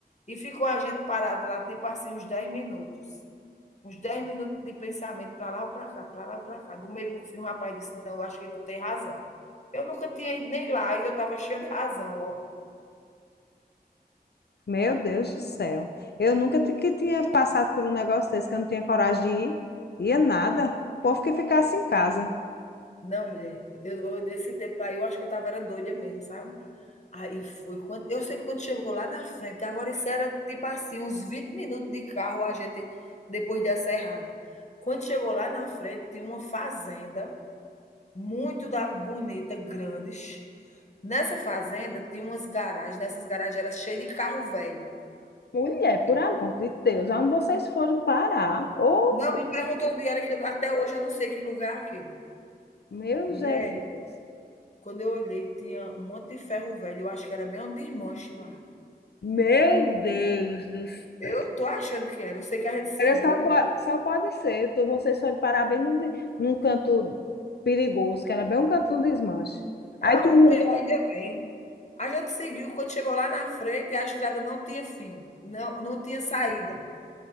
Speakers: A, on the left; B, on the left.
A: E ficou a gente parado lá, tipo assim, uns 10 minutos. Uns 10 minutos de pensamento, para lá ou para cá, para lá ou para cá. Do meio para o fim, o rapaz disse, não, eu acho que tu tem razão. Eu nunca tinha ido nem lá e eu estava cheia de razão, ó.
B: Meu Deus do céu. Eu nunca ti- que tinha passado por um negócio desse que eu não tinha coragem de ir. Ia nada. O povo que ficasse em casa.
A: Não, mulher, eu, eu, desse tempo aí eu acho que eu estava era doida mesmo, sabe? Aí foi quando eu sei que quando chegou lá na frente, agora isso era tipo assim, uns 20 minutos de carro a gente depois dessa errada. Quando chegou lá na frente, tinha uma fazenda muito da bonita, grande. che- Nessa fazenda tinha umas garagens, nessas garagens era cheio de carro velho.
B: Mulher, por
A: Eu-
B: amor de Deus, onde vocês foram parar? Ô,
A: não, me perguntou onde era, que eu- até hoje eu não sei que lugar é aquele.
B: Meu
A: Mulher,
B: Jesus.
A: quando eu olhei, tinha um monte de ferro velho, eu acho que era bem um desmanche lá.
B: Meu Deus do
A: Eu
B: céu.
A: tô achando que era, eu sei que a gente seguiu.
B: Só, po- só pode ser. Tu, vocês foram parar bem num, de- num canto perigoso, que era bem um canto de um desmanche. Aí
A: Ah,
B: tu.
A: o pior ainda vem. A gente seguiu, quando chegou lá na frente, a estrada não tinha fim, não não tinha saída.